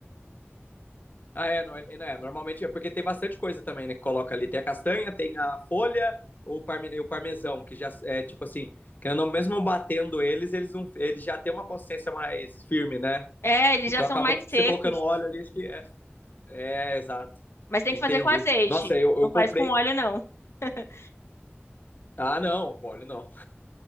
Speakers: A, on the left; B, on the left.
A: Ah, é, não, é, não, é, normalmente é porque tem bastante coisa também, né? Que coloca ali. Tem a castanha, tem a folha, o, parme, e o parmesão, que já é tipo assim, querendo ou não, mesmo batendo eles, eles, não, eles já têm uma consistência mais firme, né?
B: É, eles
A: Então
B: já são
A: acaba
B: mais
A: que
B: secos,
A: você colocando óleo ali, acho que é. É, exato.
B: mas tem
A: Entendi.
B: que fazer com azeite.
A: Nossa, eu, eu
B: Não faz
A: comprei.
B: com óleo, não. <laughs>
A: Ah, não, com óleo não.